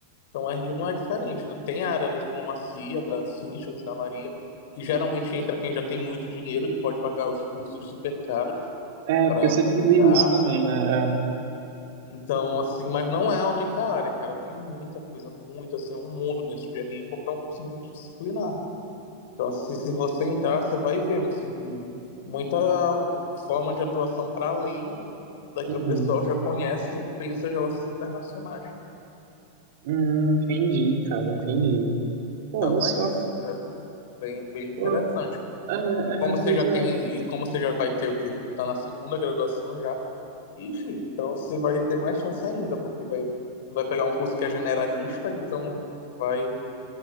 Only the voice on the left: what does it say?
Então RI não é diferente, né? Tem a área da diplomacia, da cincha, da que geralmente entra quem já tem muito dinheiro, que pode pagar os cursos super caros
para
entrar.
Então, assim, mas não é a única área, cara. Tem muita coisa, muito, assim, é um mundo dentro de RI, porque é um curso multidisciplinar. Então, assim, se você entrar, você vai ver, assim, muita forma de atuação para além da
que o pessoal já conhece e pensa as relações internacionais.
Então,
é isso, cara. Bem, bem interessante.
E como
você
já
tem, e como você já vai ter o quê? Tá na segunda graduação já. Ixi, então você vai ter mais chance ainda, porque vai, vai pegar um curso que é generalista, então vai